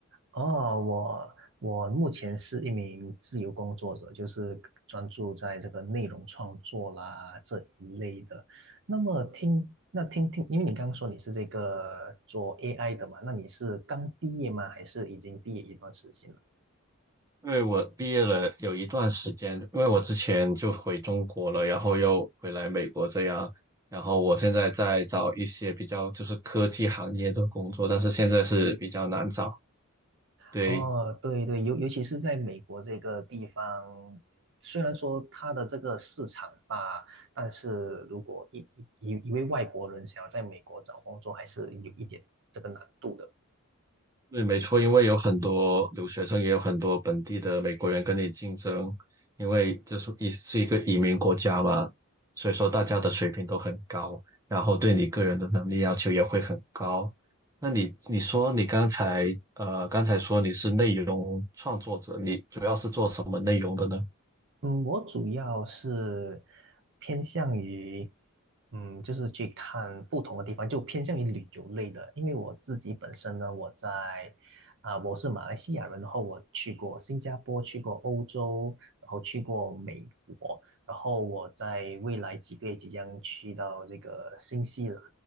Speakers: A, on the right (about 60°); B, on the right (about 15°).
A: 哦，我我目前是一名自由工作者，就是专注在这个内容创作啦这一类的。那么听，那听听，因为你刚刚说你是这个做 AI 的嘛，那你是刚毕业吗？还是已经毕业一段时间了？
B: 因为我毕业了有一段时间，因为我之前就回中国了，然后又回来美国这样。然后我现在在找一些比较就是科技行业的工作，但是现在是比较难找。对，
A: 哦，对对，尤尤其是在美国这个地方，虽然说它的这个市场吧，但是如果一一一一位外国人想要在美国找工作，还是有一点这个难度的。
B: 对，没错，因为有很多留学生，也有很多本地的美国人跟你竞争，因为就是一是一个移民国家嘛，所以说大家的水平都很高，然后对你个人的能力要求也会很高。那你你说你刚才呃刚才说你是内容创作者，你主要是做什么内容的呢？
A: 嗯，我主要是偏向于，嗯，就是去看不同的地方，就偏向于旅游类的。因为我自己本身呢，我在啊、我是马来西亚人，然后我去过新加坡，去过欧洲，然后去过美国，然后我在未来几个月即将去到这个新西兰，